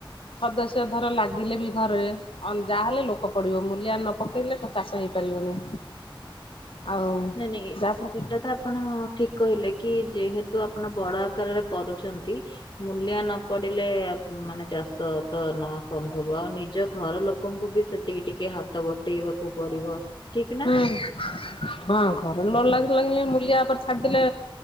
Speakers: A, on the left; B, on the left.
A: ସଦସ୍ୟ ଧର ଲାଗିଲେ ବି ଘରେ ଅ ଯାହାହଲେ ଲୋକ ପଡିବ ମୂଲିଆ ନ ପକେଇଲେ ତ ଚାଷ ହେଇପାରିବନି। ଆଉ
B: ନାଇଁ ନାଇଁ
A: ଯାହାଫଳ
B: ଏଟା ତ ଆ ଆପଣ ଠିକ କହିଲେ କି ଯେହେତୁ ଆପଣ ବଡ ଆକାରରେ କରୁଚନ୍ତି। ମୂଲିଆ ନ ପଡିଲେ ମାନେ ଚାଷ ତ ନ ସମ୍ଭବ ଆଉ ନିଜ ଘର ଲୋକ ଲୋକଙ୍କୁ ବି ସେତିକି ଟିକେ ହାତ ବଟେଇବାକୁ ପଡିବ ଠିକ ନା।
A: ହୁଁ ହଁ ଘର ଲ ଲାଗ ଲାଗିଲେ ମୁଲିବା ଓପରେ ଛା ଛାଡିଦେଲେ